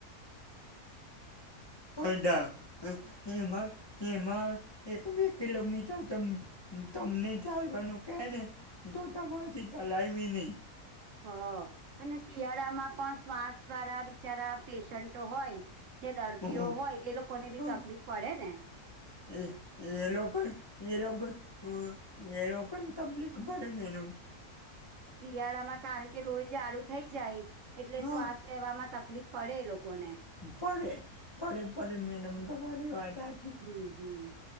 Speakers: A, on the left; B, on the right.
A: હ એ માર એમા, એક બે કિલોમીટર તમ, તમને ચાલવાનું કેને તો તમારી તી તલાય ભી ની
B: હ, અને શિયાળામાં પણ શ્વાસ વારા બિચારા પેશન્ટો હોય જે દર્દીઓ
A: હમ્મ
B: હોય, એ લોકોને બી
A: હા
B: તકલીફ પડેને.
A: એ એ લોકોક એ લોકોક હ ને લોકોને તબ્લીિક ભડે મેનમ
B: શિયાળામાં કારણ કે લોહી જાડુ થઈ જાય એટલે
A: હા
B: શ્વાસ લેવામાં તકલીફ પડે એ લોકોને
A: પરે પરે પરે, મેડમ તવારી વાદ હા
B: હમ્મ હમ્મ